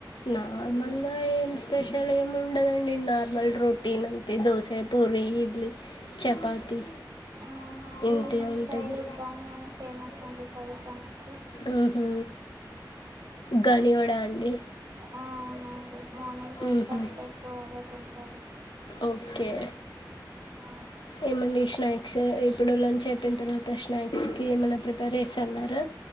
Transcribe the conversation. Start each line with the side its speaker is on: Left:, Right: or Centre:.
Left: నార్మల్గా ఏం స్పెషల్ ఏమి ఉండదండి నార్మల్ రోటీన్ అంతే దోస పూరి ఇడ్లీ చపాతి
Right: అవునండి
Left: ఇంతే
Right: మా
Left: ఉంటాది
Right: సైడ్ ఉగ్గాని అని ఫేమస్ అంటే తెలుసా మాకి
Left: ఉ హు గని వడా అండి
Right: ఆ అవునండి మార్నింగ్ బ్రేక్ఫాస్ట్
Left: మ్మ్.
Right: ఎక్కువ అదే తింటారు
Left: ఓకే
Right: ఆ
Left: ఏమండి శ్నక్స్ ఇప్పుడు లంచ్ అయిపోయిన తర్వాత శ్నక్స్ కి ఏమన్నా ప్రిపరేస్ అన్నారు